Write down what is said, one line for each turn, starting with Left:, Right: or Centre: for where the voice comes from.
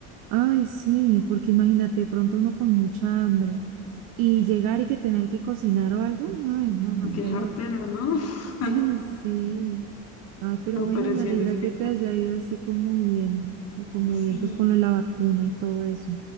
Right: Ay, sí, porque imagínate, de pronto uno con mucha hambre y llegar y que tener que cocinar o algo, ay, no, no,
Left: Qué
Right: peor.
Left: jartera, ¿no? <laughs>
Right: <laughs> Sí, ay, pero
Left: No,
Right: bueno,
Left: pero
Right: me
Left: sí
Right: alegra
Left: en este
Right: que
Left: caso.
Right: te haya ido así como bien, como bien,
Left: Sí,
Right: pues con lo de la vacuna y todo eso.